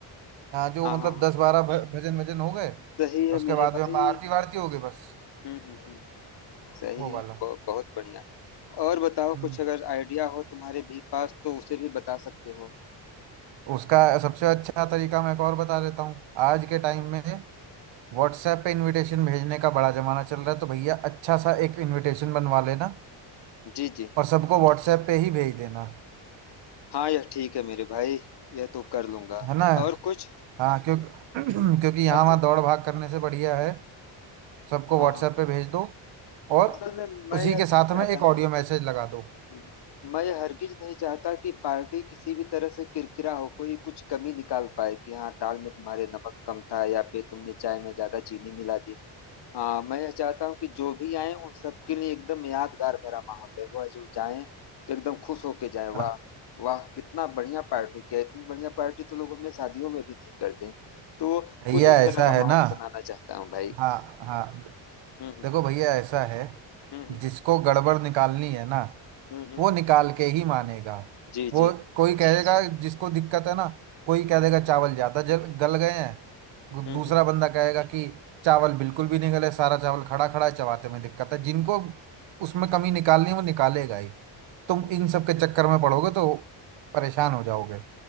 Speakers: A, on the right (about 65°); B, on the left (about 55°).
A: हाँ जो
B: हाँ
A: मतलब
B: हाँ हाँ,
A: दस बारह भ- भजन भजन हो गए
B: सही है
A: उसके
B: मेरे
A: बाद
B: भाई
A: में हम आरती वारती हो गई बस
B: हम्म हम्म हम्म, सही
A: वो
B: है
A: वाला
B: बहुत बहुत बढ़िया और बताओ
A: हम्म
B: कुछ अगर आइडिया हो तुम्हारे भी पास तो उसे भी बता सकते हो
A: उसका सबसे अच्छा तरीका मैं एक और बता देता हूँ आज
B: हम्म।
A: के टाइम में व्हाट्सएप पे इनविटेशन भेजने का बड़ा जमाना चल रहा है तो भैया अच्छा सा एक इनविटेशन बनवा लेना
B: जी जी
A: और सबको व्हाट्सएप पे ही भेज देना
B: हाँ यह ठीक है मेरे भाई यह तो कर लूंगा
A: है ना
B: और कुछ
A: हाँ क्योंकि <clears throat> क्योंकि यहाँ
B: असल
A: वहाँ दौड़ भाग करने से बढ़िया है सबको
B: हाँ
A: व्हाट्सएप पे भेज दो और
B: असल में मैं
A: उसी
B: यह
A: के साथ
B: नहीं चाहता
A: में एक
B: ना
A: ऑडियो मैसेज लगा दो
B: जी, जी। मैं यह हरगिज नहीं चाहता कि पार्टी किसी भी तरह से किरकिरा हो कोई कुछ कमी निकाल पाए कि हाँ दाल में तुम्हारे नमक कम था या फिर तुमने चाय में ज्यादा चीनी मिला दी हाँ मैं यह चाहता हूँ कि जो भी आए उन सबके लिए एकदम यादगार भरा माहौल रहे वह जो जाए तो एकदम खुश होके जाए
A: हाँ,
B: वाह वाह कितना बढ़िया पार्टी किया इतनी बढ़िया पार्टी तो लोग अपने शादियों में भी नहीं करते तो
A: भैया
B: कुछ उस तरह
A: ऐसा
B: का
A: है
B: माहौल
A: ना
B: बनाना चाहता हूँ भाई
A: हाँ हाँ
B: हम्म हम्म
A: देखो भैया ऐसा है
B: हम्म
A: जिसको गड़बड़ निकालनी है ना
B: हम्म हम्म,
A: वो निकाल के ही मानेगा
B: जी
A: वो
B: जी
A: कोई कहेगा जिसको दिक्कत है ना कोई कह
B: हम्म
A: देगा चावल ज़्यादा जल गल गए हैं
B: हम्म
A: दूसरा
B: हम्म
A: बंदा कहेगा कि चावल बिल्कुल भी नहीं गले सारा चावल खड़ा खड़ा है चबाते में दिक्कत है जिनको उसमें कमी निकालनी है वो निकालेगा ही तुम
B: हम्म,
A: इन सब के चक्कर में पड़ोगे तो परेशान हो जाओगे